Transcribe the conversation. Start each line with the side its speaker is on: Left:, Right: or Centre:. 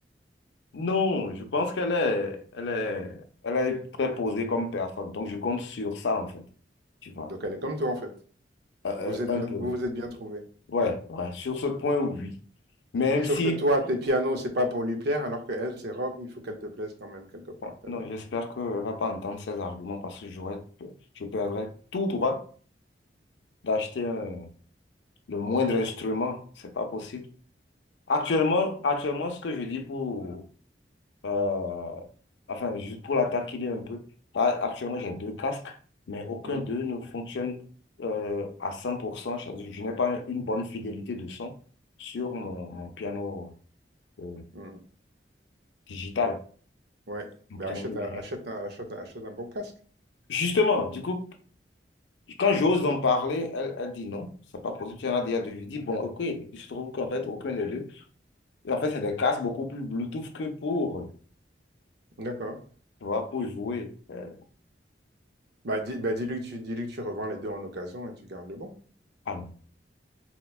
Left: Non, je pense qu'elle est, elle est, elle est très posée comme personne. Donc, je compte sur ça, en fait, tu vois,
Right: donc elle est comme toi en fait.
Left: Euh,
Right: Vous
Left: euh,
Right: êtes
Left: un
Right: bien,
Left: peu.
Right: vous vous êtes bien trouvé.
Left: Ouais, ouais, sur ce point, oui. Même
Right: Sauf
Left: si,
Right: que toi, tes pianos, c'est pas pour lui plaire, alors que elle, ses robes, il faut qu'elle te plaise quand même quelque part.
Left: bon,
Right: T'as
Left: non,
Right: vu?
Left: j'espère qu'elle ne va pas entendre ces arguments parce que j'aurais, je perdrais tout droit d'acheter un- le moindre instrument. C'est pas possible. Actuellement, actuellement, ce que je dis pour, euh, enfin, juste pour la taquiner un peu, là, actuellement, j'ai deux casques, mais aucun
Right: Hum,
Left: d'eux ne fonctionne euh, à 100%. Je, je n'ai pas une bonne fidélité de son sur mon, mon piano euh,
Right: hum.
Left: digital,
Right: Ouais.
Left: mon
Right: Ben
Left: piano
Right: achète,
Left: numérique.
Right: un- achète, un- achète, un- achète un bon casque.
Left: Justement, du coup, quand j'ose en parler, elle, elle dit non, c'est pas possible. J'en ai déjà deux. Je dis, bon, ok, il se trouve qu'en fait, aucun des deux. Et En fait, c'est des casques beaucoup plus Bluetooth que pour,
Right: D'accord.
Left: tu vois, pour jouer. Euh,
Right: Bah, dis, bah dis-lui que tu, dis-lui que tu revends les deux en occasion et tu gardes le bon.
Left: ah non.